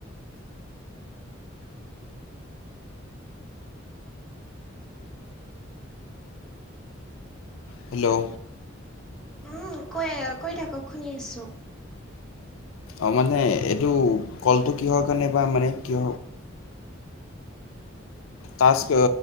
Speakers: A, on the left; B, in the centre.
A: হেল্ল'
B: উম কৈ কৈ থাকক শুনি আছো
A: অঁ মানে এইটো কলটো কিহৰ কাৰণে বা মানে কি টাস্ক